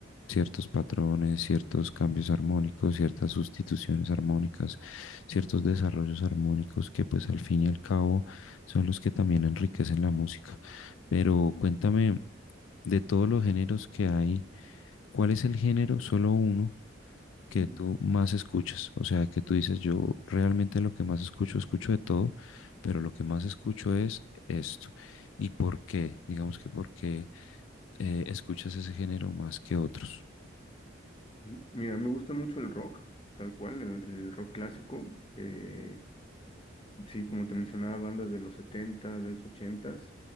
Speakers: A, on the left; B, on the left.
A: ciertos patrones, ciertos cambios armónicos, ciertas sustituciones armónicas, ciertos desarrollos armónicos que pues al fin y al cabo son los que también enriquecen la música. Pero cuéntame, de todos los géneros que hay, ¿cuál es el género, solo uno, que
B: Ujú.
A: tú más escuchas? O sea, que tú dices, yo realmente lo que más escucho, escucho de todo, pero lo que más escucho es esto. ¿Y por qué? Digamos que por qué eh, escuchas ese género más que otros.
B: Ujú. Mira, me gusta mucho el rock, tal cual, el, el rock clásico, eh, sí, como te mencionaba, bandas de los 70, de los 80